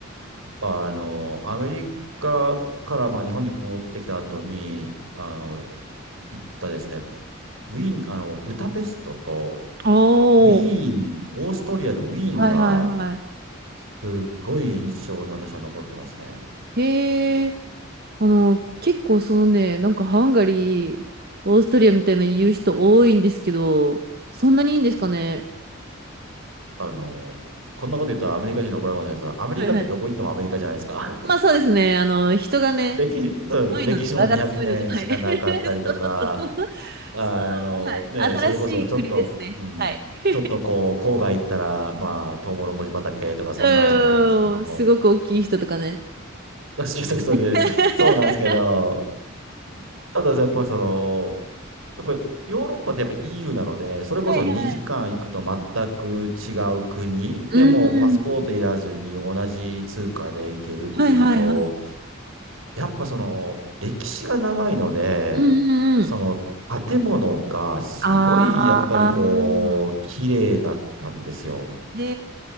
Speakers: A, on the right (about 75°); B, on the right (about 50°).
A: あの、アメリカからまあ日本に戻ってきた後に、あの、行ったですね、ウィーン、あの、ブダペストと、
B: おー。
A: ウィーン、オーストリアのウィーンが、
B: はいはいはい
A: すっごい印象に私は残ってますね。
B: へえ、あの、結構そのね、なんかハンガリー、オーストリアみたいな言う人多いんですけど、そんなにいいんですかね
A: あの、こんなこと言ったらアメリカ人に怒られるかもしれないですけど、アメリカってどこ行ってもアメリカじゃないですか。
B: はいはい。まあそうですね、あの、人がね、
A: 歴、そう歴史も200年しかなかったりとか、
B: 強いので、柄が強いので、はい。<laughs> そうそうそう。
A: あの、
B: その、はい。
A: ね、
B: 新しい国ですね。
A: それこそちょっと、うん、
B: はい。<laughs>
A: ちょっとこう、郊外行ったら、まあ、トウモロコシ畑とかそんなんしかないんですけど、
B: うーん、すごく大きい人とかね。
A: <laughs> そうそうそうそうなんですけど、
B: <laughs>
A: ただやっぱりその、やっぱりヨーロッパってやっぱ EU なので、それこそ2時間行くと全く違う国でもパスポートいらずに同じ通貨で行けるっていうのと、
B: はいはい。うーん。はいはいはい。う
A: やっぱその、歴史が長いので、
B: んうんうん。
A: その、建物がすごい、
B: あ
A: やっぱりこう、
B: あ。
A: 綺麗だったんですよ。
B: へ